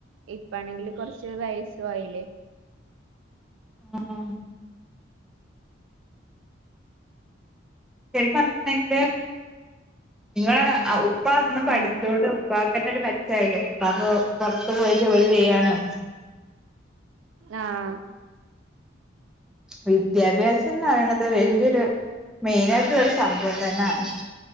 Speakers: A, on the right; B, in the centre.
A: ഇപ്പാണെങ്കില് കുറച്ച് വയസ്സ് ആയില്ലേ
B: ആഹ് പറഞ്ഞിട്ടുണ്ടെങ്കില് നിങ്ങള് ഉപ്പ അന്ന് പഠിച്ചോണ്ട്
A: ഉം
B: ഉപ്പ <unintelligible> ഉപ്പാക്ക്പുറത്തു പോയി ജോലി ചെയ്യാനോ
A: ആഹ്
B: വിദ്യാഭ്യാസം എന്ന് പറയണത് വല്യരു മെയിന് ആയിട്ടുള്ളൊരു സംഭവം തന്നെയാണ്